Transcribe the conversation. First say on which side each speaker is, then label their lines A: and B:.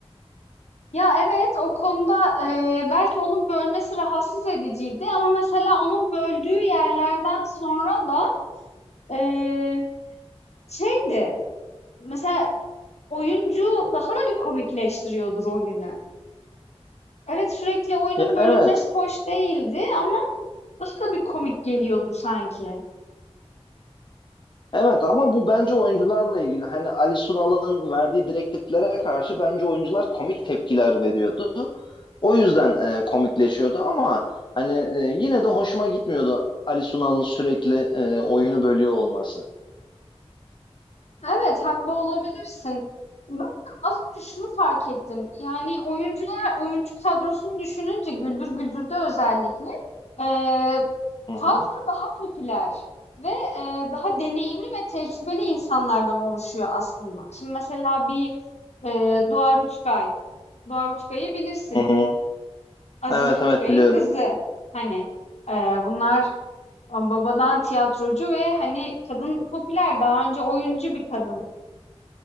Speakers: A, on the left; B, on the left.
A: Ya, evet, o konuda, eee, belki onun bölmesi rahatsız ediciydi ama mesela onun böldüğü yerlerden sonra da Eee, şeydi, mesela oyuncu daha da bir komikleştiriyordu rolünü. Evet, sürekli oyunun
B: Ya
A: bölünmesi
B: evet.
A: hoş değildi ama daha da bir komik geliyordu sanki.
B: Evet ama bu bence oyuncularla ilgili. Hani Ali Sunal'ın verdiği direktiflere karşı bence oyuncular komik tepkiler veriyordu. O yüzden e, komikleşiyordu ama hani e, yine de hoşuma gitmiyordu Ali Sunal'ın sürekli e, oyunu bölüyor olması.
A: Evet, haklı olabilirsin. Ben az önce şunu fark ettim. Yani oyuncular, oyuncu kadrosunu düşününce Güldür Güldür'de özellikle eee,
B: Hı
A: kadro
B: hı.
A: daha popüler ve eee, daha deneyimli ve tecrübeli insanlardan oluşuyor aslında. Şimdi mesela bir eee Doğa Ruçkay. Doğa Ruçkay'ı bilirsin.
B: Hı hı.
A: Aziz
B: Evet
A: Ruçkay'ın
B: evet biliyorum.
A: kızı. Hani eee, bunlar babadan tiyatrocu ve hani kadın popüler. Daha önce oyuncu bir kadın.